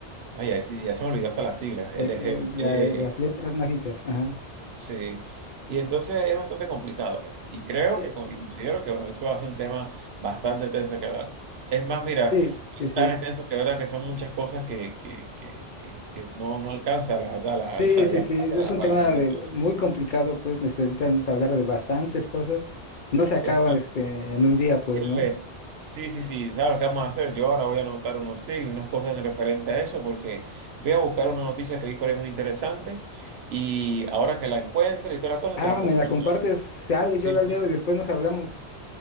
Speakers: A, on the right; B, on the left.
A: ay, ya, sí, ya se me olvidó hasta las siglas,
B: Eh,
A: LGBT.
B: eh, la- las letras mágicas, ajá.
A: Sí, y entonces es bastante complicado, pues. Y creo
B: Eh,
A: que con- y considero que bueno, eso hace un tema bastante tenso que hablar. Es más, mira,
B: sí, sí,
A: es
B: sí.
A: tan extenso que verdad que son muchas cosas que, que, que, que, que no, no alcanza, la verdad, la,
B: Sí,
A: <laughs> la, la
B: sí,
A: llamada
B: sí. Es
A: para,
B: un
A: para
B: tema
A: hablar de
B: de,
A: todo.
B: muy complicado, pues necesitamos hablar de bastantes cosas. No se acaba
A: Es más,
B: este, en un día, pues,
A: mira,
B: ¿no?
A: ve, Sí, sí, sí, ¿sabes lo que vamos a hacer? Yo ahora voy a anotar unos tips, unas cosas referente a eso, porque voy a buscar una noticia que vi por ahí muy interesante y ahora que la encuentre y todas las cosas
B: Ah,
A: te la compongo.
B: me la compartes, sale,
A: Sí,
B: yo la leo
A: sí, sí.
B: y después nos hablamos.